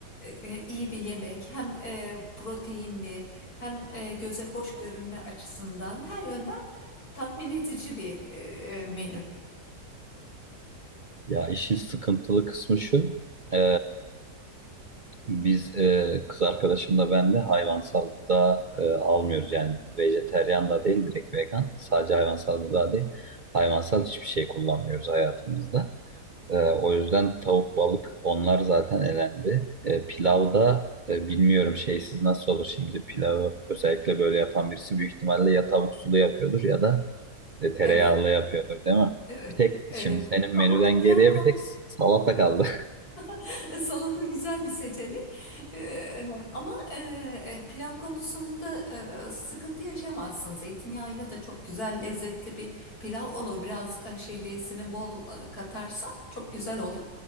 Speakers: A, on the left; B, on the right.
A: e, iyi bir yemek hem e, proteinli hem e, göze hoş görünme açısından her yönden tatmin edici bir e, e, menü.
B: Ya işin sıkıntılı kısmı şu. e, Biz e, kız arkadaşımla ben de hayvansallıkta e, almıyoruz yani vejeteryan da değil direkt vegan sadece hayvansal gıda değil hayvansal hiçbir şey kullanmıyoruz hayatımızda. E, o yüzden tavuk balık onlar zaten elendi. E, pilavda e, bilmiyorum şeysiz nasıl olur şimdi pilavı özellikle böyle yapan birisi büyük ihtimalle ya tavuk sulu yapıyordur ya da e, tereyağlı
A: Evet.
B: yapıyordur değil mi?
A: Evet,
B: Bir tek
A: evet.
B: şimdi senin
A: Ama
B: menüden
A: pilav
B: geriye
A: konu
B: bir tek salata kaldı.
A: <laughs> salata güzel bir seçenek. Ee, ama e, e, pilav konusunda e, sıkıntı yaşamazsın. Zeytinyağıyla da çok güzel lezzetli bir pilav olur. Biraz e, şehriyesini bol e, katarsan çok güzel olur.